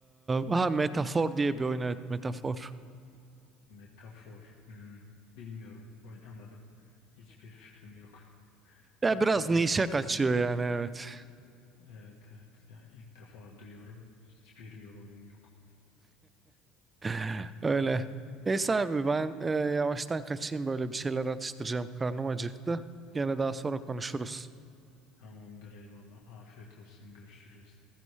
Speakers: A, on the right; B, on the left.
A: ha Metafor diye bir oyun evet Metafor.
B: Metafor. Hmm, bilmiyorum. Oynamadım. Hiçbir fikrim yok.
A: Ya
B: İlk
A: biraz
B: defa
A: nişe
B: duyuyorum.
A: kaçıyor yani evet.
B: Evet evet. Yani ilk defa duyuyorum. Hiçbir yorumum yok.
A: <laughs> Öyle. Neyse abi ben e, yavaştan kaçayım böyle bir şeyler atıştıracağım. Karnım acıktı. Gene daha sonra konuşuruz.
B: Tamamdır eyvallah. Afiyet olsun. Görüşürüz.